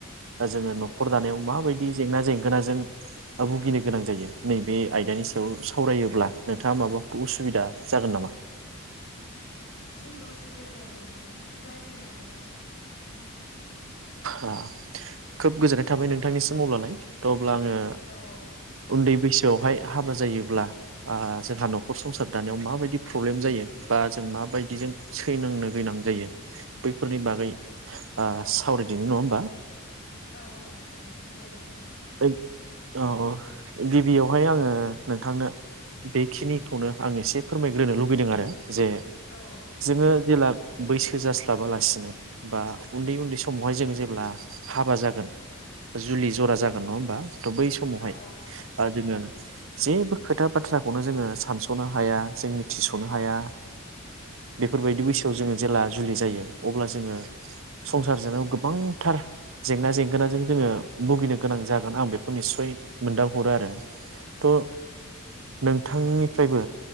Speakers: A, on the right (about 65°); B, on the left (about 50°).
A: दा जोङो
B: औ
A: न'खर दानायाव माबायदि बिदि जेंना जेंगोन जों भुगिनो गोनां जायो नैबे आयदानि सायाव सावरायोब्ला नोंथाङा माबाफोर उसुबिदा जागोन नामा?
B: जेबो असुबिदा जाया दे बुं रायज्लायनो हागोन न
A: ओ खोब गोजोननाय थाबाय नोंथांनिसिम अब्लालाय थ' अब्ला आङो
B: औ
A: उन्दै बैसो बेवहाय हाबा जायोब्ला ओ जोंहा न'खर संसार दानायाव माबायदि प्रब्लेम जायो बा जों माबायदिजों सैनांनो गोनां जायो बैफोरनि बागै ओ सावरायिदिनो नङा होमबा
B: औ औ हागोन दे सो
A: एक औ औ गिबियावहाय आङो नोंथांनो बेखिनिखौनो आं इसे फोरमायग्रोनो लुबैदों आरो जे
B: औ
A: जोङो जेला बैसो जास्लाबालासिनो बा उन्दै उन्दै समावहाय जों जेब्ला हाबा जागोन जुलि जरा जाग आर नङा ओमबा? थ बै समावहाय
B: औ
A: ओ जोङो जेबो खोथा बाथ्राखौनो जोङो सानस'नो हाया जों मिथिस'नो हाया बेफोरबायदि बैसोआव जोङो जेला जुलि जायो अब्ला जोङो संसार जानायाव गोबांथार जेंना जेंगोना जों जोङो भुगिनो गोनां जागोन आं बेखौ निसय मोनदांहरो आरो थ नोंथांनिफ्रायबो